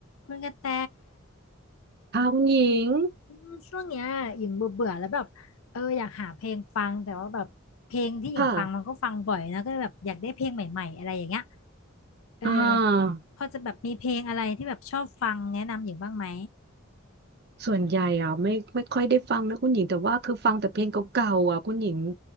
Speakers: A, on the left; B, on the right.
A: คุณกระแต
B: ค่ะคุณหญิง
A: อืมช่วงเนี้ยหญิงเบื่อเบื่อแล้วแบบเอออยากหาเพลงฟังแต่ว่าแบบเพลงที่หญิงฟังมันก็ฟังบ่อยนะก็เลยแบบอยากได้เพลงใหม่ๆอะไรอย่างเงี้ย
B: ค่ะ
A: เออ
B: อ่า
A: พอจะแบบมีเพลงอะไรที่แบบชอบฟังแนะนำหญิงบ้างไหม
B: ส่วนใหญ่อ่ะไม่ไม่ค่อยได้ฟังนะคุณหญิงแต่ว่าคือฟังแต่เพลงเก่าๆอ่ะคุณหญิง